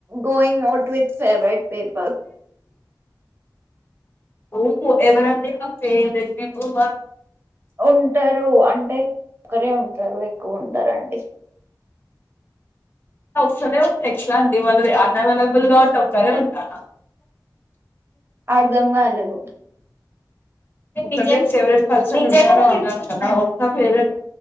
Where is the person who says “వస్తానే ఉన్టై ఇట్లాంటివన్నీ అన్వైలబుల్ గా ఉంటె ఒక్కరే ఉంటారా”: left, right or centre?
Left